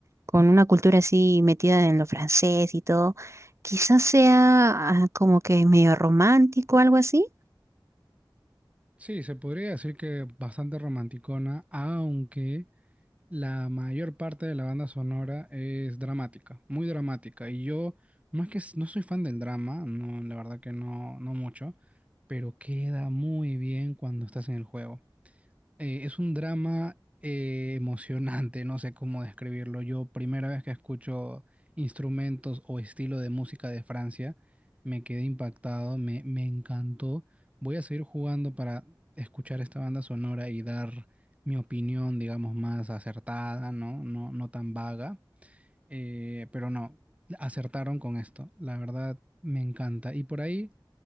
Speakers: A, on the right; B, on the right.
A: con una cultura así metida en lo francés y todo, quizás sea ah, como que medio romántico, algo así.
B: Sí, se podría decir que bastante romanticona, aunque la mayor parte de la banda sonora es dramática, muy dramática. Y yo no es que s- no soy fan del drama, no, la verdad que no, no mucho, pero queda muy bien cuando estás en el juego eh, es un drama eh, emocionante, no sé cómo describirlo. Yo, primera vez que escucho instrumentos o estilo de música de Francia, me quedé impactado, me, me encantó. Voy a seguir jugando para escuchar esta banda sonora y dar mi opinión, digamos, más acertada, ¿no? No, no tan vaga. Eh, pero no, acertaron con esto. La verdad, me encanta. Y por ahí.